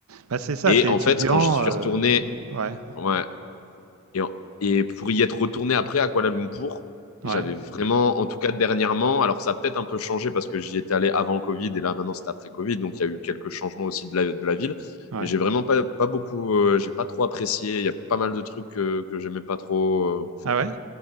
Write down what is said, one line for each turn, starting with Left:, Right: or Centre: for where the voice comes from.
Right: Bah, c'est ça,
Left: Et
Right: t'es
Left: en
Right: étudiant.
Left: fait, quand j'y suis
Right: euh,
Left: retourné,
Right: Ouais,
Left: ouais, et, en- et pour y être retourné après à Kuala Lumpur, j'avais
Right: ouais,
Left: vraiment, en tout cas dernièrement, alors ça a peut-être un peu changé parce que j'y étais allé avant le Covid et là maintenant c'est après Covid, donc il y a eu quelques changements aussi de la, de la ville.
Right: ouais.
Left: Mais j'ai vraiment pas, pas beaucoup, euh, j'ai pas trop apprécié. Il y a pas mal de trucs euh, que j'aimais pas trop. euh,
Right: Ah ouais?